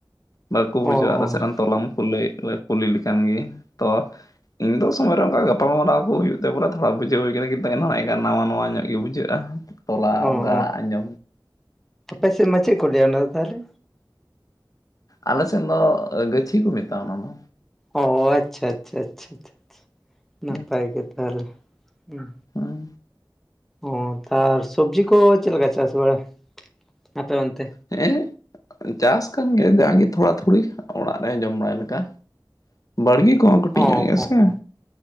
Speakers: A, on the left; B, in the centre.
A: ᱵᱟᱠᱟ ᱵᱩᱡᱷᱟᱹᱣᱟ
B: ᱚ
A: ᱟᱞᱮ
B: ᱚ
A: ᱥᱮᱫ ᱨᱮᱱ ᱛᱚᱞᱟ ᱢᱟ᱾ ᱠᱩᱞᱤ ᱞᱮ ᱠᱩᱞᱤ ᱞᱮᱠᱷᱟᱱ ᱜᱮ, ᱛᱚ ᱤᱧ ᱫᱚ ᱥᱚᱢᱚᱭᱨᱮ ᱚᱝᱠᱟ ᱜᱟᱯᱟᱞᱢᱟᱨᱟᱣ ᱠᱚ ᱦᱩᱭᱩᱜ ᱛᱮ ᱵᱚᱞᱮ ᱛᱷᱚᱲᱟ ᱵᱩᱡᱷᱟᱹᱣ ᱦᱩᱭ ᱟᱠᱟᱱᱟ ᱠᱤᱱᱛᱩ ᱮᱱᱦᱚᱸ ᱱᱟᱜ ᱠᱷᱟᱱ ᱱᱟᱣᱟ ᱱᱟᱣᱟ ᱧᱚᱜ ᱜᱮ ᱵᱩᱡᱷᱟᱹᱜ-ᱟ᱾ <inaudible> ᱛᱚᱞᱟ
B: ᱚ
A: ᱚᱝᱠᱟ
B: ᱚ
A: ᱟᱸᱡᱚᱢ
B: ᱟᱯᱮ ᱥᱮᱫ ᱢᱟ ᱪᱮᱫ ᱠᱚ ᱞᱟᱹᱭᱟ ᱚᱱᱟᱫᱚ ᱛᱟᱦᱚᱞᱮ?
A: ᱟᱞᱮ ᱥᱮᱱ ᱫᱚ ᱜᱟᱹᱪᱷᱤ ᱠᱚ ᱢᱮᱛᱟᱜ-ᱟ ᱚᱱᱟ ᱫᱚ᱾
B: ᱚ ᱟᱪᱪᱷᱟ ᱟᱪᱪᱷᱟ ᱟᱪᱪᱷᱟ ᱪᱷᱟ ᱪᱷᱟ, ᱱᱟᱯᱟᱭ
A: ᱦᱩᱸ
B: ᱜᱮ ᱛᱟᱦᱚᱞᱮ ᱦᱩᱸ᱾
A: ᱦᱩᱸ᱾
B: ᱚ ᱛᱟᱨ ᱥᱚᱵᱡᱤ ᱠᱚ ᱪᱮᱫ ᱞᱮᱠᱟ ᱪᱟᱥ ᱵᱟᱲᱟ ᱟᱯᱮ ᱚᱱᱛᱮ?
A: ᱦᱮᱸ ᱪᱟᱥ ᱠᱟᱱ ᱜᱮᱭᱟ ᱡᱟᱜᱮ ᱛᱷᱚᱲᱟ ᱛᱷᱚᱲᱤ, ᱚᱲᱟᱜ ᱨᱮ ᱡᱚᱢ ᱵᱟᱲᱟᱭ ᱞᱮᱠᱟ᱾ ᱵᱟᱲᱜᱤ ᱠᱚᱦᱚᱸ ᱠᱟᱹᱴᱤᱡ
B: ᱚ
A: ᱧᱚᱜ ᱜᱮᱭᱟ
B: ᱚ
A: ᱥᱮ᱾
B: ᱚ